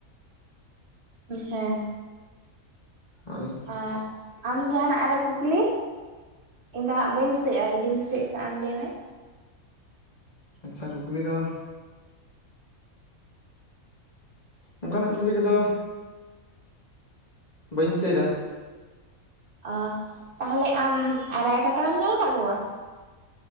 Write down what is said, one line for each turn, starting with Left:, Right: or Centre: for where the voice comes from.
Right: ᱦᱮᱸ
Left: ᱦᱳᱭ
Right: ᱮᱸᱜ ᱟᱢ ᱡᱟᱦᱟᱱᱟᱜ ᱟᱨᱚ ᱠᱩᱠᱞᱤ, ᱤᱧ ᱫᱚ ᱦᱟᱸᱜ ᱵᱟᱹᱧ ᱫᱤᱥᱟᱹᱭᱼᱟ ᱡᱤᱫᱤᱢ ᱫᱤᱥᱟᱹᱭᱮᱫ ᱠᱷᱟᱡ ᱟᱢ ᱞᱟᱹᱭ ᱢᱮ,
Left: ᱟᱪᱪᱷᱟ ᱠᱩᱠᱞᱤ ᱫᱚ ᱚᱱᱠᱟᱱᱟᱜ ᱠᱩᱠᱞᱤ ᱠᱚᱫᱚ ᱵᱟᱹᱧ ᱫᱤᱥᱟᱹᱭᱮᱫᱟ᱾
Right: ᱟ- ᱛᱟᱦᱚᱞᱮ ᱟᱢ ᱨᱟᱭ ᱠᱟᱠᱲᱟᱢ ᱧᱮᱞ ᱟᱠᱟᱣ ᱠᱚᱣᱟ?